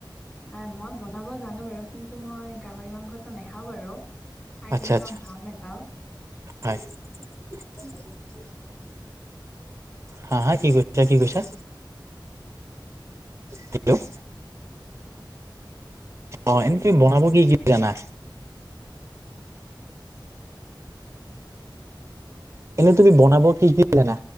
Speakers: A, on the left; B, on the right.
A: নাই মই বনাব জানো বাৰু কিন্তু মই গাহৰি মাংসটো নাখাও বাৰ খাই
B: আচ্ছা
A: কিনে ইমান
B: আচ্ছা
A: ভাল নেপাওঁ
B: হয় <inaudible> হা হা কি কৈছা কি কৈছা হেল্ল' অ এনে তুমি বনাব কি কি জানা এনেই তুমি বনাব কি কি জানা